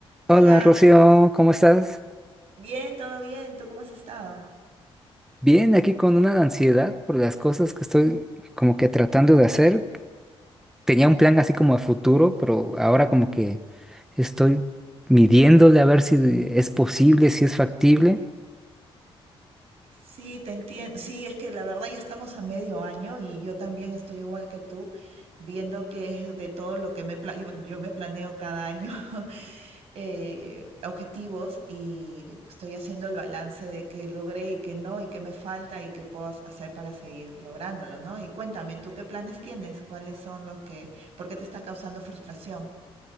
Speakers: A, on the right; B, in the centre.
A: Hola,
B: Hola Rocío, ¿cómo estás?
A: bien, todo bien, ¿tú cómo has estado?
B: Bien, aquí con una ansiedad por las cosas que estoy como que tratando de hacer. Tenía un plan así como a futuro, pero ahora como que estoy midiéndole a ver si es posible, si es factible.
A: Sí, te entiendo. Sí, es que la verdad ya estamos a medio año y yo también estoy igual que tú, viendo que es de todo lo que me pla- yo, yo me planeo cada año <laughs> eh, objetivos y estoy haciendo el balance de qué logré y qué no y qué me falta y qué puedo ha- hacer para seguir lográndolo, ¿no? Y cuéntame, ¿tú qué planes tienes? ¿Cuáles son los que, por qué te está causando frustración?